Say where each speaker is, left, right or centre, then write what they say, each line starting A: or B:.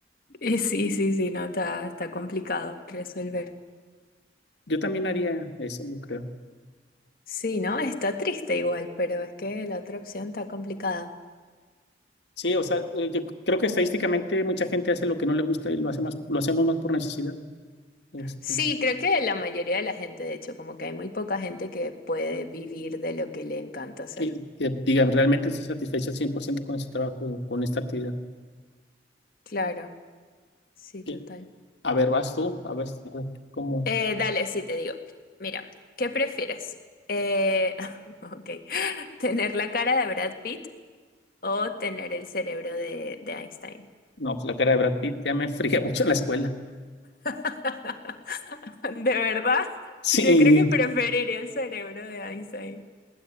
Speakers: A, on the left (about 55°); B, on the left (about 80°).
A: Y sí, sí, sí, no, está, está complicado resolver.
B: Yo también haría eso, yo creo.
A: Sí, ¿no? Está triste igual, pero es que la otra opción está complicada.
B: Sí, o sea, eh, yo creo que estadísticamente mucha gente hace lo que no le gusta y lo hace más, lo hacemos más por necesidad. Este,
A: Sí, creo que la mayoría de la gente, de hecho, como que hay muy poca gente que puede vivir de lo que le encanta hacer.
B: que, que digan, realmente estoy satisfecho al 100% con ese trabajo, con esta actividad.
A: Claro, sí,
B: Que,
A: total.
B: a ver, vas tú, a ver, a ver, cómo.
A: Eh, dale, sí, te digo. Mira, ¿qué prefieres? Eh, <laughs> ok, ¿tener la cara de Brad Pitt o tener el cerebro de, de Einstein?
B: No, pues la cara de Brad Pitt ya me <laughs> fría mucho en la escuela.
A: <laughs> De verdad,
B: Sí,
A: yo creo que preferiría el cerebro de Einstein.